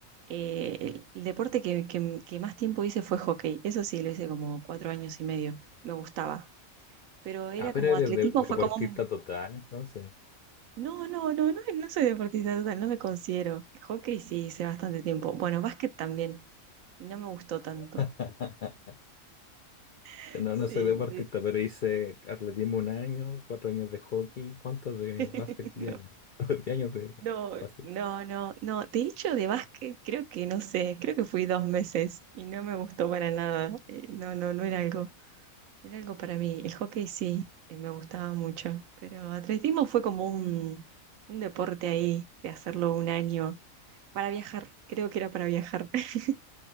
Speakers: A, on the right (about 75°); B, on the left (about 65°).
A: Eh, el, el deporte que, que- que más tiempo hice fue hockey, eso sí, lo hice como cuatro años y medio, me gustaba, pero era
B: Ah,
A: como
B: pero eres
A: atletismo,
B: de- deportista
A: fue como un...
B: total, entonces.
A: No, no, no, no, no soy deportista total, no me considero. Hockey sí hice bastante tiempo, bueno, básquet también, y no me gustó tanto.
B: <laughs>
A: <laughs>
B: No,
A: Sí,
B: no soy deportista,
A: de-
B: pero hice atletismo un año, cuatro años de hockey, ¿cuántos de
A: <laughs>
B: básquet? Diez
A: no.
B: años. <laughs> Diez años de
A: No,
B: básquet.
A: no, no, no. De hecho, de básquet creo que no sé, creo que fui dos meses y no me gustó para nada. Eh, no, no, no era algo, no era algo para mí. El hockey sí, eh, me gustaba mucho, pero atletismo fue como un, un deporte ahí de hacerlo un año para viajar. Creo que era para viajar <laughs>